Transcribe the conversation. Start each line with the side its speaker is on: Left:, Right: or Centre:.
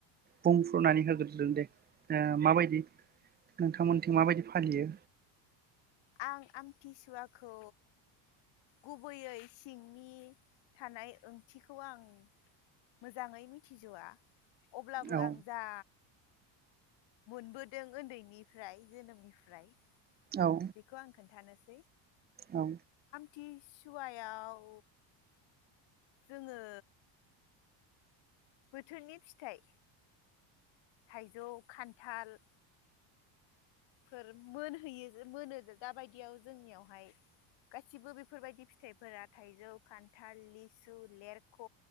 Right: बुंफ्रुनानै होग्रो? दे माबायदि नोंथांमोनथिं मा बायदि फालियो?
Left: आं आमथिसुवाखौ गुबैयै सिंनि थानाय ओंथिखौ आं मोजाङै मिथिज'वा। अब्लाबो
Right: औ
Left: आं जा मोनबोदों उन्दैनिफ्राय जोनोमनिफ्राय
Right: औ
Left: बेखौ आं खोन्थानोसै।
Right: औ
Left: थिसुवायाव जोङो बोथोरनि फिथाइ थाइजौ, खान्थाल फोर मोनहैयो मोनो दाबायदियाव जोंनियावहाय गासिबो बेफोरबायदि फिथाइफोरा थाइजौ, खान्थाल, लिसु, लेरख,